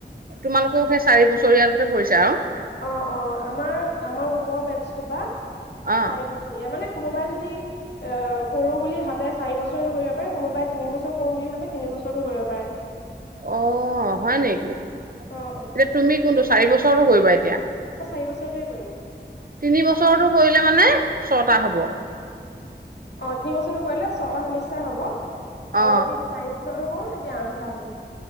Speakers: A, on the right; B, on the left.
A: তোমালোকও সেই চাৰি বছৰয়ালতে পৰিছে আৰু।
B: অ অ আমাৰ আমাৰ ওপৰৰ বেটছটোপা চাৰি
A: অ
B: বছৰীয়া মানে কোনোবাই যদি অ কৰো বুলি ভাবে চাৰি বছৰো কৰিব পাৰে কোনোবাই তিন বছৰ কৰো বুলি ভাবে তিন বছৰতো কৰিব পাৰে
A: অ', হয় নেকি। এতিয়া
B: অ অ
A: তুমি কোনটো চাৰি বছ ওো কৰিবা এতিয়া
B: মই চাৰি বছৰৰতহে কৰিম
A: তিনি বছৰটো কৰিলে মানে ছটা হ'ব।
B: অ তিনি বছতৰটা কৰিলে ছটা চেমিষ্টাৰ হব আৰু
A: অ
B: যদি চাৰি বছৰ কৰো তে আট টা হব